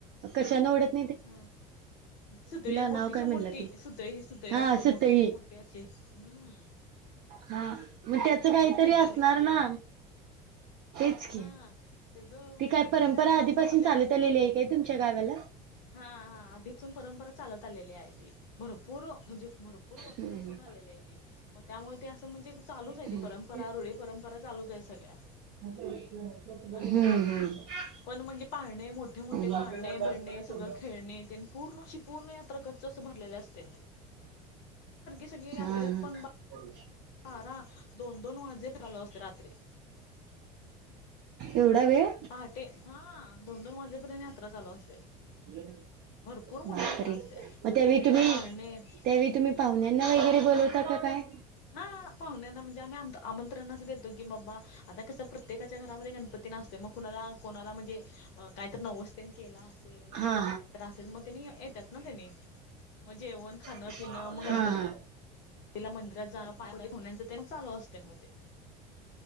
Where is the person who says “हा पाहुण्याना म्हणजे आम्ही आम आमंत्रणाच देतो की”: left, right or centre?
Left